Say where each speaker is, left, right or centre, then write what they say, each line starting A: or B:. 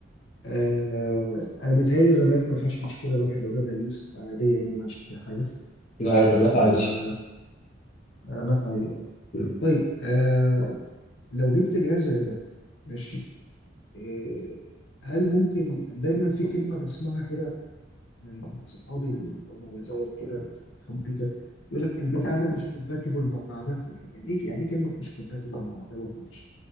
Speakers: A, on the left (about 70°); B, on the left (about 40°).
A: آه انا متهيألي الرمات ما فيهاش مشكله الواحد لو جابها يوست عاديه يعني ما عشان فيها حاجه
B: لا الرماد
A: آه
B: عادي
A: رمات عادي اه
B: مم.
A: طيب آه لو جبت جهاز زي ده ماشي آه هل ممكن دايما في كلمه بسمعها كده من صحابي اللي هم زيك كده كمبيوتر يقول لك البتاع ده مش كومباتيبل مع ده يعني ايه يعني ايه كلمه مش كومباتيبل مع ده ومش